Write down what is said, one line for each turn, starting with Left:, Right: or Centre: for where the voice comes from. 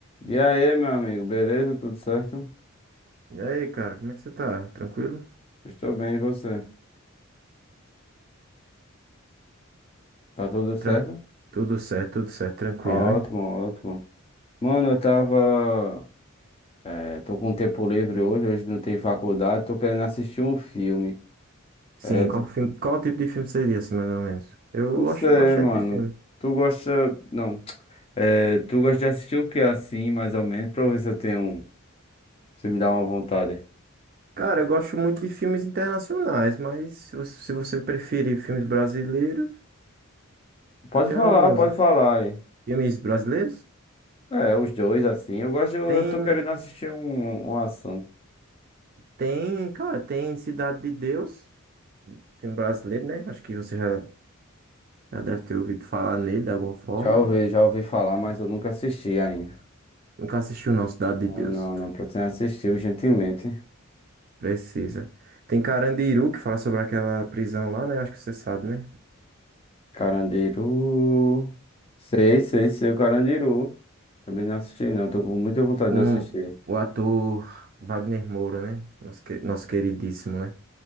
Left: E aí, meu amigo, beleza? Tudo certo?
Right: E aí, cara, como é que você tá? Tranquilo?
Left: Estou bem, e você? Tá tudo certo?
Right: Tran- Tudo certo, tudo certo, tranquilo,
Left: Ótimo,
Right: né?
Left: ótimo. Mano, eu tava. eh, tô com tempo livre hoje, hoje não tem faculdade, tô querendo assistir um filme.
Right: Sim,
Left: é tu-
Right: qual filme, qual tipo de filme seria, assim, mais ou menos? Eu
Left: Não
Right: gosto
Left: sei,
Right: bastante
Left: mano.
Right: de filme.
Left: Tu gosta. Não. Eh, tu gosta de assistir o que assim, mais ou menos, pra eu ver se eu tenho. um- Se me dá uma vontade.
Right: Cara, eu gosto muito de filmes internacionais, mas se você, se você preferir filmes brasileiros,
Left: Pode
Right: eu tenho
Left: falar,
Right: alguns.
Left: pode falar aí.
Right: Filmes brasileiros?
Left: É, os dois assim. Eu gosto, eu,
Right: Tem,
Left: eu tô querendo assistir um, uma ação.
Right: tem, cara, tem Cidade de Deus, filme brasileiro, né? Acho que você já, já deve ter ouvido falar nele de alguma forma.
Left: Já ouvi, já ouvi falar, mas eu nunca assisti ainda.
Right: Nunca assistiu, não, Cidade de
Left: Não,
Right: Deus.
Left: não não pretendo assistir urgentemente.
Right: Precisa. Tem Carandiru, que fala sobre aquela prisão lá, né? Acho que você sabe, né?
Left: Carandiru. Sei, sei, sei o Carandiru. Também não assisti, não. Tô com muita vontade
Right: Com
Left: de assistir.
Right: o ator Wagner Moura, né? Nosso, que- nosso queridíssimo, né?